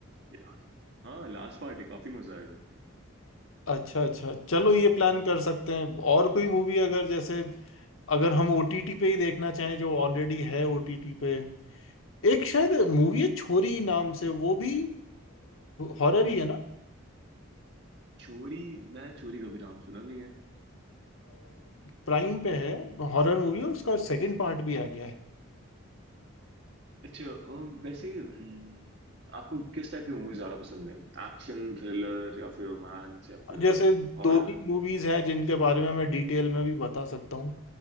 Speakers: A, on the right; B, on the left.
A: लास्ट हाँ लास्ट पार्ट है काफी मजा आएगा
B: अच्छा अच्छा चलो ये प्लान कर सकते हैं और कोई मूवी अगर जैसे अगर हम ओटीटी पे ही देखना चाहें जो ऑलरेडी है ओटीटी पे एक शायद मूवी है छोरी नाम से वो भी हॉरर ही है ना
A: चोरी मैं चोरी कभी नाम सुना नहीं है
B: प्राइम पे है हॉरर मूवी और उसका सेकंड पार्ट भी आ गया है
A: अच्छा अम, वैसे अम, आपको किस टाइप की मूवीज ज्यादा पसंद है एक्शन थ्रिलर या फिर रोमांस या फिर
B: जैसे दो
A: हॉरर
B: तीन मूवीज हैं जिनके बारे में मैं डिटेल में भी बता सकता हूँ